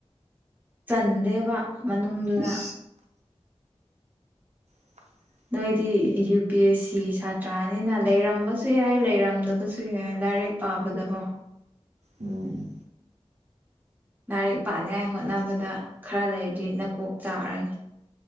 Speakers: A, on the right; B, on the right.
A: ꯆꯟꯗꯦꯕ ꯃꯅꯨꯡꯗꯨꯗ
B: ꯏꯁ <inaudible>
A: ꯅꯣꯏꯗꯤ ꯌꯨ ꯄꯤ ꯑꯦꯁ ꯁꯤꯒꯤ ꯁꯥꯇ꯭ꯔꯥꯅꯤꯅ ꯂꯩꯔꯝꯕꯁꯨ ꯌꯥꯏ ꯂꯩꯔꯝꯗꯕꯖꯨ ꯌꯥꯏ ꯂꯥꯏꯔꯤꯛ ꯄꯥꯕꯗꯀꯣ
B: ꯎꯝ
A: ꯂꯥꯏꯔꯤꯛ ꯄꯥꯅꯉꯥꯏ ꯍꯣꯠꯅꯕꯗ ꯈꯔ ꯂꯩꯔꯗꯤ ꯅꯀꯣꯛ ꯆꯥꯛꯑꯔꯅꯤ